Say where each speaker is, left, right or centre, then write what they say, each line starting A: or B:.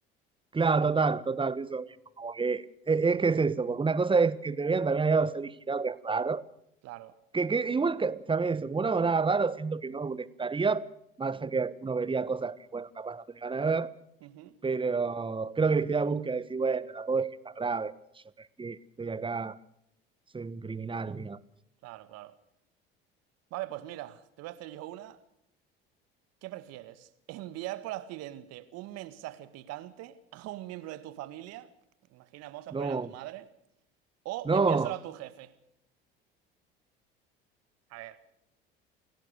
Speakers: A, on the right; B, on the right.
A: Claro, total, total, eso mismo. Como que e- es, que es eso, porque una cosa es que te vean también al lado de ser girado, que es raro.
B: Claro.
A: Que, que igual que, ¿sabes? Como no hago nada raro, siento que no molestaría, más allá que uno vería cosas que, bueno, capaz no tenía ganas de ver,
B: Ujú.
A: pero creo que la historia busca decir, bueno, tampoco es que es tan grave, qué sé yo, no es que estoy acá, soy un criminal, digamos.
B: Claro, claro. Vale, pues mira, te voy a hacer yo una. ¿Qué prefieres? ¿Enviar por accidente un mensaje picante a un miembro de tu familia? Imagina, vamos a
A: No,
B: poner a tu madre. ¿O
A: no,
B: enviárselo a tu jefe? A ver.